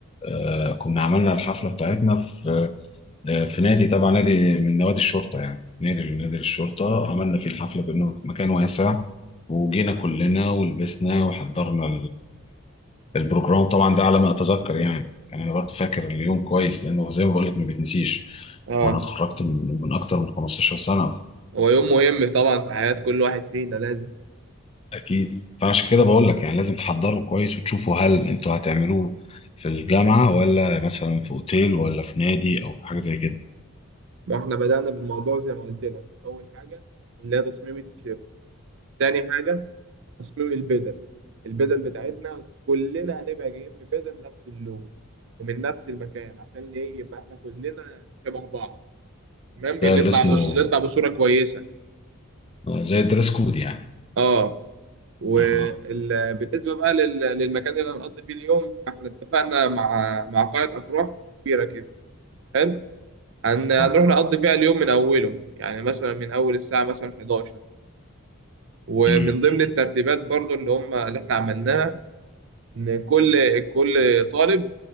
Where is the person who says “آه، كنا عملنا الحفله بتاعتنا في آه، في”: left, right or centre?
Left